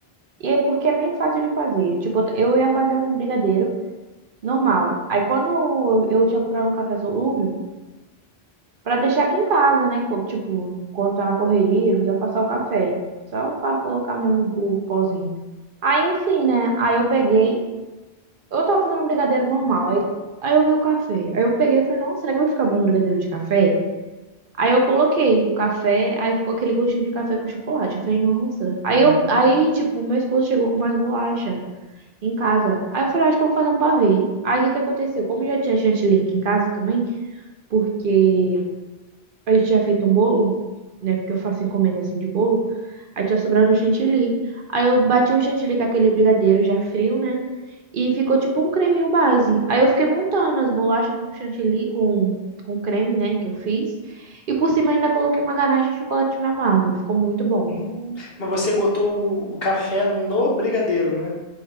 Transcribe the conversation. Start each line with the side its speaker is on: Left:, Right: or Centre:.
Right: E é porque é bem fácil de fazer. Tipo, eu ia fazer um brigadeiro normal. Aí quando eu tinha comprado um café solúvel, pra deixar aqui em casa, né? Co- Tipo, quando tá na correria, não precisa passar o café. Só pra colocar mesmo o pozinho. Aí, enfim, né? Aí eu peguei. Eu tava fazendo um brigadeiro normal. Aí, aí eu vi o café. Aí eu peguei e falei, nossa, será que vai ficar bom um brigadeiro de café? Aí eu coloquei o café, aí ficou aquele gostinho de café com chocolate. Eu falei, nossa. Aí
Left: Hum,
Right: eu, aí, tipo, meu esposo chegou com mais bolacha. em casa. Aí eu falei, "Ah, acho que eu vou fazer um pavê. Aí o que que aconteceu? Como eu já tinha chantilly aqui em casa também, porque a gente tinha feito um bolo, né? Porque eu faço encomenda assim de bolo. Aí tinha sobrado um chantilly. Aí eu bati o chantilly com aquele brigadeiro já frio, né? E ficou tipo um creminho base. Aí eu fiquei montando as bolachas com chantilly, com, com creme, né? Que eu fiz. E por cima ainda coloquei uma ganache de chocolate meio amargo. Ficou muito bom.
Left: hum. Mas você botou o, o café no brigadeiro, né?